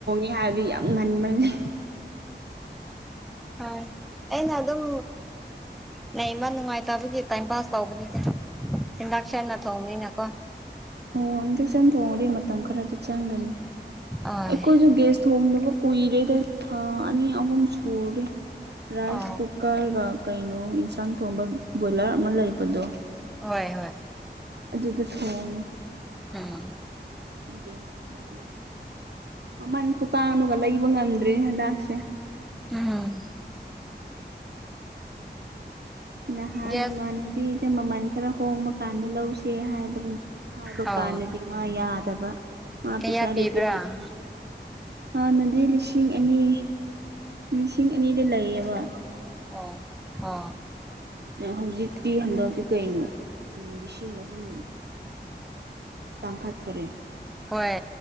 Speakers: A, on the right; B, in the centre.
A: ꯑꯩ ꯍꯥꯏꯔꯗꯤ ꯌꯥꯝ ꯉꯟꯕꯅꯤ
B: ꯍ ꯑꯩꯅ ꯑꯗꯨꯝ ꯅ ꯏꯃ ꯅꯨꯡꯉꯥꯏꯇꯕꯒꯤ ꯇꯥꯏꯝ ꯄꯥꯁ ꯇꯧꯕꯅꯤꯅ ꯏꯟꯗꯛꯁꯟꯅ ꯊꯣꯡꯕꯅꯤꯅꯀꯣ
A: ꯑꯣ ꯍꯟꯗꯛ ꯁꯟ ꯊꯣꯡꯉꯗꯤ ꯃꯇꯝ ꯈꯔꯗꯤ ꯆꯪꯒꯅꯤ
B: ꯑꯣꯏ
A: ꯑꯩꯈꯣꯏꯁꯨ ꯒꯦꯁ ꯊꯣꯡꯅꯕ ꯀꯨꯏꯔꯦꯗ ꯊꯥ ꯑꯅꯤ ꯑꯍꯨꯝ ꯁꯨꯔꯦ ꯔꯥꯏꯁ
B: ꯑꯧ
A: ꯀꯨ ꯀꯔꯒ ꯀꯩꯅꯣ ꯌꯦꯟꯁꯥꯡ ꯊꯣꯡꯕ ꯕꯣꯏꯂꯔ ꯑꯃ ꯂꯩꯕꯗꯣ
B: ꯍꯣꯏ ꯍꯣꯏ
A: ꯑꯗꯨꯗ ꯐꯣꯡꯉ
B: ꯎꯝ
A: ꯍꯒꯦꯁ ꯍꯂ ꯑꯃꯟ ꯈꯨꯇꯥꯡꯅꯨꯒ ꯂꯩꯕ ꯉꯝꯗ꯭ꯔꯔꯤ ꯍꯟꯗꯥꯛꯁꯦ
B: ꯎꯝ
A: ꯅꯍꯥꯟ
B: ꯒ꯭ꯌꯥꯁ
A: ꯏꯃꯥꯟꯅꯕꯤꯗ ꯃꯃꯜ ꯈꯔ ꯍꯣꯡꯕ ꯀꯥꯟꯗ ꯂꯧꯁꯦ ꯍꯥꯏꯕ ꯍꯥꯏꯕ
B: ꯑꯣ
A: ꯀꯥꯟꯗꯗꯤ ꯃꯥ ꯌꯥꯗꯕ ꯃꯥ
B: ꯀꯌꯥ
A: ꯄꯩꯤꯁꯥ
B: ꯄꯤꯕ꯭ꯔꯥ
A: ꯂꯩꯇꯦ ꯂꯩꯇꯦ ꯍꯥꯏ ꯍꯥꯟꯅꯗꯤ ꯂꯤꯁꯤꯡ ꯑꯅꯤ ꯂꯤꯁꯤꯡ ꯑꯅꯤꯗ ꯂꯩꯌꯦꯕ
B: ꯑꯣ ꯑ
A: ꯍꯧꯖꯤꯛꯤ ꯍꯟꯗꯛꯇꯛꯇꯤ ꯀꯩꯅꯣ ꯂꯤꯁꯤꯡ ꯑꯍꯨꯝ ꯇꯥꯡꯈꯠꯈꯔꯦ
B: ꯍꯣꯏ